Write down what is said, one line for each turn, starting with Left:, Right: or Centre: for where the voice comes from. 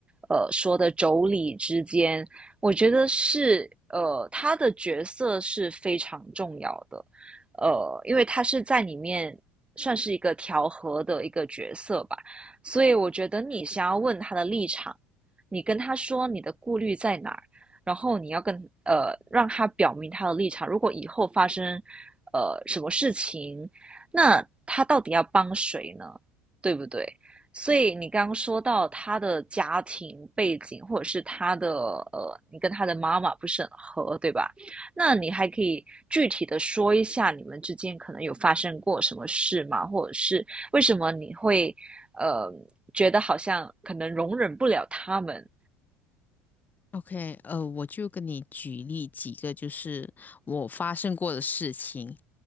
Right: 呃说的妯娌之间，我觉得是呃他的角色是非常重要的，呃，因为他是在里面算是一个调和的一个角色吧，所以我觉得你想要问他的立场，你跟他说你的顾虑在哪儿。然后你要跟呃让他表明他的立场。如果以后发生呃什么事情，那他到底要帮谁呢？对不对？所以你刚刚说到他的家庭背景，或者是他的呃，你跟他的妈妈不是很合，对吧？那你还可以具体的说一下你们之间可能有发生过什么事吗？或者是为什么你会呃觉得好像可能容忍不了他们？
Left: ，OK，呃，我就跟你举例几个就是我发生过的事情，